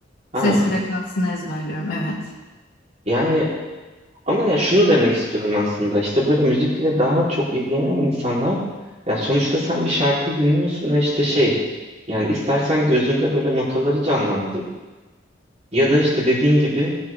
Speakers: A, on the right; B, on the left.
A: Ha,
B: Ses frekansını ezberliyorum, evet.
A: yani Ama ya şunu demek istiyorum aslında işte böyle müzikle daha çok ilgilenen insanlar ya sonuçta sen bir şarkı dinliyorsun ve işte şey yani istersen gözünde böyle notaları canlandır ya da işte dediğin gibi